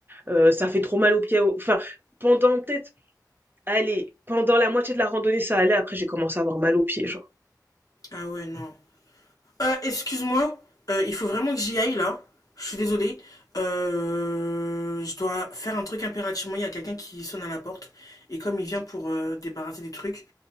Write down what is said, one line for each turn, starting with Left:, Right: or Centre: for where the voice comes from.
Right: euh, ça fait trop mal aux pieds. au- Enfin, pendant peut-être Allez, pendant la moitié de la randonnée, ça allait. Après, j'ai commencé à avoir mal aux pieds, genre.
Left: Ah ouais, non. Euh, excuse-moi, euh, il faut vraiment que j'y aille là. Je suis désolée. Euh, je dois faire un truc impérativement. Il y a quelqu'un qui sonne à la porte. Et comme il vient pour euh, débarrasser des trucs,